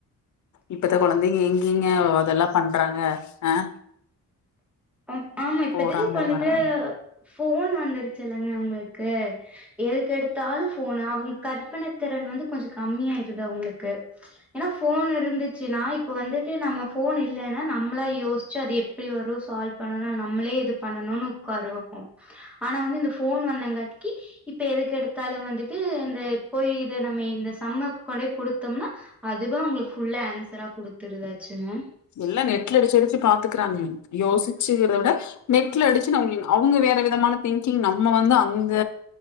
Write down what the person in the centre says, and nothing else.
ப ஆமா இப்பத்துக்கு
குழந்தைக
ஃபோன் வந்துருச்சல்லங்க அவங்களுக்கு எதுக்கு எடுத்தாலும் போன் அவங்க கற்பனை திற ன் வந்து கொஞ்சொ கம்மியா இருது அவங்களுக்கு ஏன்னா ஃபோன் இருந்துச்சுன்னா இப்ப வந்துட்டு நம்ம ஃபோன் இல்லனா நம்மளா யோசிச்சு அது எப்படி வரும் சால்வ் பண்ணும் நம்மளே இது பண்ணணும்னு உக்கருவோ ஆனா வந்து இந்த ஃபோன் வந்தங்காட்டிக்கு இப்ப எதுக்கு எடுத்தாலும் வந்துட்டு இந்த போய் இதை நம்ம இந்த சம்ம கொண்டே கொடுத்தோம்னா அது வா ஒங்களுக்கு ஃபுல்லா ஆன்சரா குடுத்துருதாச்சுங்க